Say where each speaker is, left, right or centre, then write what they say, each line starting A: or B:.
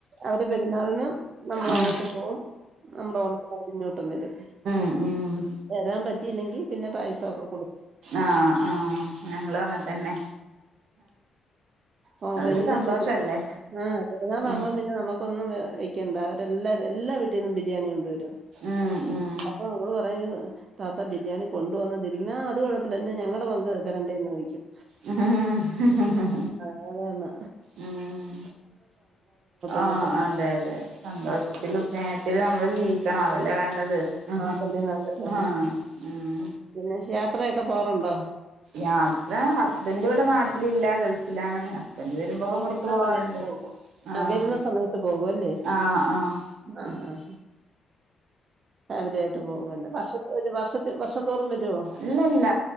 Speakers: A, on the right; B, on the right.
A: അവര് പെരുന്നാളിന് നമ്മൾ
B: ആഹ്
A: അങ്ങോട്ടും പോകും നമ്മുടെ ഓണത്തിന് അവര് ഇങ്ങോട്ടും വരും
B: മ്മ് മ്മ്
A: വരാൻ പറ്റിയില്ലെങ്കിൽ പിന്നെ പായസം ഒക്കെ
B: ആഹ് ആഹ് ഞങ്ങളും അങ്ങനെ തന്നെ
A: ഓ
B: അതൊരു
A: പിന്നെ
B: സന്തോഷല്ലേ
A: പെരു ആഹ് പെരുന്നാൾ ആകുമ്പം
B: ഉം
A: പിന്നെ നമുക്ക് ഒന്നും വെക്കേണ്ട അവരെല്ലാരും എല്ലാ വീട്ടിൽ നിന്നും ബിരിയാണി കൊണ്ട് വരും.
B: ആഹ് ആഹ്
A: അപ്പൊ നമ്മള് പറയും താത്ത ബിരിയാണി കൊണ്ടുവന്നതിണ്ട് പിന്ന അത് കുഴപ്പില്ല ന്നാ ഞങ്ങളടെ പങ്ക് തരണ്ടേ എന്ന് ചോയിക്കും.
B: ഉം
A: അങ്ങനാണ്
B: ഉം ആഹ്
A: ഇങ്ങോട്ടും
B: അതെ അതെ സന്തോഷത്തിലും സ്നേഹത്തിൽ നമ്മള് ജീവിക്കണം അതല്ലേ വേണ്ടത് ഉം
A: അതല്ലേ നല്ലത്
B: ആഹ് ഉം
A: പിന്നെ യാത്രയൊക്കെ പോവാറുണ്ടോ
B: യാത്ര ഹസ്ബെന്റ് ഇവിടെ നാട്ടിലില്ല ഗൾഫിലാണ്. എന്നേലും വരുമ്പൊക്കെ
A: ഓ
B: പുറത്തു
A: വരുന്ന
B: പോവാറുണ്ട്
A: സമയത്ത് പോകും ആ
B: ആഹ്
A: വരുന്ന സമയത്ത് പോകും അല്ലേ
B: ആഹ് ആഹ്
A: ആ ആ ഫാമിലി ആയിട്ട് പോവ്വല്ലോ വർഷം ഒരു വർഷത്തി വർഷം തോറും വര്വോ
B: ഇല്ല ഇല്ല